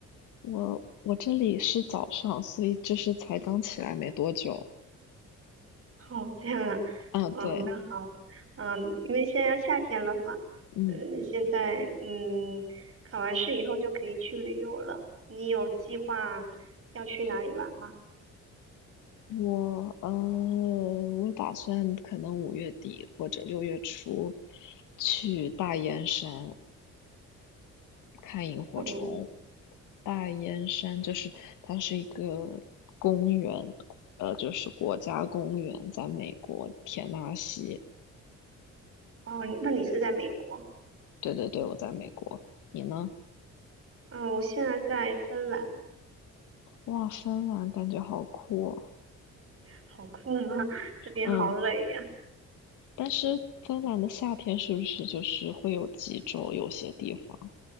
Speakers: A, on the left (about 85°); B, on the right (about 45°).
A: 我我这里是早上，所以就是才刚起来没多久。
B: 哦，这样啊，
A: 啊，
B: 哦，
A: 对，
B: 那好，嗯，因为现在要夏天了嘛，
A: 嗯，
B: 嗯，现在嗯考完试以后就可以去旅游了。你有计划要去哪里玩吗？
A: 我呃，我打算可能五月底或者六月初去大燕山看萤火虫。
B: 那你
A: 大燕山就是它是一个公园，呃，就是国家公园，在美国田纳西。
B: 哦，那你是在美国？
A: 对对对，我在美国，你呢？
B: 嗯，我现在在芬兰，
A: 哇，芬兰感觉好酷哦。
B: 好酷吗？<laughs> 这边好冷呀。
A: 嗯，但是芬兰的夏天是不是就是会有极昼？有些地方